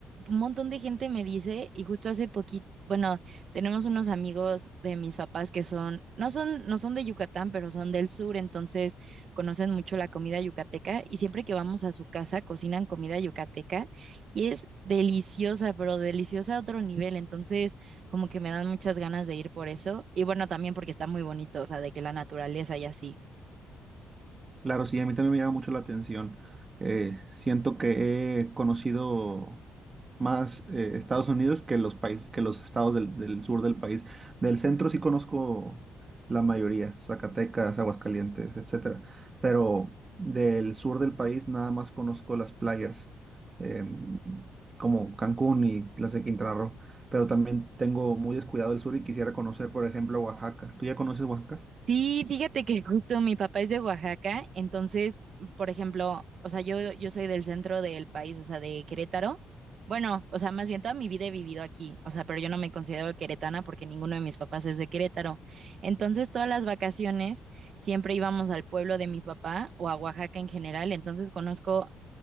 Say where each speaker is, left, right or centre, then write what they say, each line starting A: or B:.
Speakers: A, on the right (about 55°); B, on the right (about 30°).
A: un montón de gente me dice, y justo hace poquito, bueno, tenemos unos amigos de mis papás que son, no son, no son de Yucatán, pero son del sur, entonces conocen mucho la comida yucateca, y siempre que vamos a su casa cocinan comida yucateca, y es deliciosa, pero deliciosa a otro nivel, entonces como que me dan muchas ganas de ir por eso, y bueno, también porque está muy bonito, o sea, de que la naturaleza y así.
B: Claro, sí, a mí también me llama mucho la atención. Eh, siento que he conocido más eh, Estados Unidos que los países, que los estados del, del sur del país. Del centro sí conozco la mayoría, Zacatecas, Aguascalientes, etcétera. Pero del sur del país nada más conozco las playas, em, como Cancún y las de Quintana Roo. Pero también tengo muy descuidado el sur y quisiera conocer, por ejemplo, Oaxaca. ¿Tú ya conoces Oaxaca?
A: Sí, fíjate que justo mi papá es de Oaxaca, entonces, por ejemplo, o sea, yo, yo soy del centro del país, o sea, de Querétaro. Bueno, o sea, más bien toda mi vida he vivido aquí, o sea, pero yo no me considero queretana porque ninguno de mis papás es de Querétaro. Entonces, todas las vacaciones siempre íbamos al pueblo de mi papá o a Oaxaca en general, entonces conozco